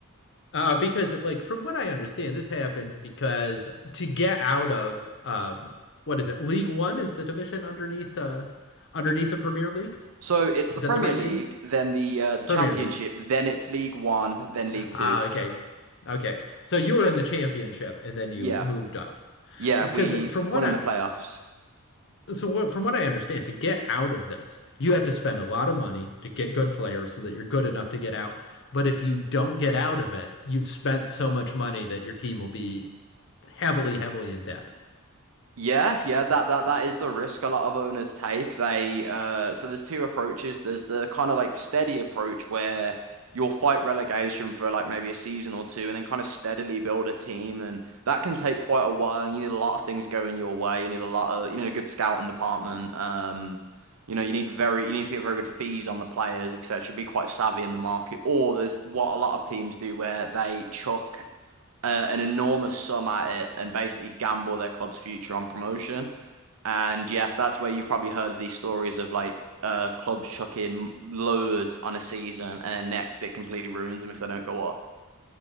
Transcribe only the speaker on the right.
So it's
the Premier
League,
then the uh, the Championship,
then it's League One, then League Two.
Yeah,
yeah,
we
won
in
the playoffs.
Yeah, yeah, that that that is the risk a lot of owners take. They uh so there's two approaches. There's the kind of like steady approach where you'll fight relegation for like maybe a season or two and then kind of steadily build a team and that can take quite a while and you need a lot of things going your way. You need a lot of you need a good scouting department. Um you know, you need very you need to get very good fees on the players, etc. Be quite savvy in the market. Or there's what a lot of teams do where they chuck uh, an enormous sum at it and basically gamble their club's future on promotion. And yeah, that's where you've probably heard of these stories of like uh clubs chucking loads on a season and next it completely ruins them if they don't go up.